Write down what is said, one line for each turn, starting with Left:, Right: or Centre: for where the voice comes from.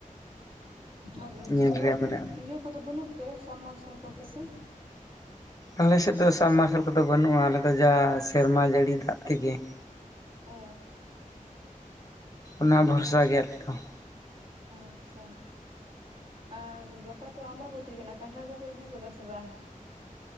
Right: ᱟᱨ
Left: ᱧᱮᱞ
Right: ᱥᱮᱞᱚ
Left: ᱨᱮᱭᱟᱜ ᱢᱮᱱᱟᱜᱼᱟ
Right: ᱤᱭᱟᱹ ᱠᱚᱫᱚ ᱵᱟᱹᱱᱩᱜ ᱛᱮ ᱥᱟᱵᱢᱟᱨᱥᱟᱞ ᱠᱚ ᱟᱯᱮᱥᱮᱱ?
Left: ᱟᱞᱮ ᱥᱮᱫ ᱫᱚ ᱥᱟᱵᱢᱟᱨᱥᱟᱞ ᱠᱚᱫᱚ ᱵᱟᱹᱱᱩᱜᱼᱟ ᱟᱞᱮᱫᱚ ᱡᱟ ᱥᱮᱨᱢᱟ ᱡᱟᱹᱲᱤ ᱫᱟᱜᱽ ᱛᱮᱜᱮ ᱾
Right: ᱚ
Left: ᱚᱱᱟ ᱵᱷᱚᱨᱥᱟ ᱜᱮ ᱟᱞᱮᱫᱚ
Right: ᱚᱸᱪᱷᱟ ᱟᱨ ᱜᱟᱯᱟ ᱛᱚ ᱟᱵᱟᱵᱚᱛᱤ ᱠᱟᱱᱟ ᱠᱟᱱᱴᱷᱟᱲ ᱠᱚᱯᱮ ᱟᱹᱜᱩ ᱠᱟᱫᱟ ᱥᱮ ᱵᱟᱝ?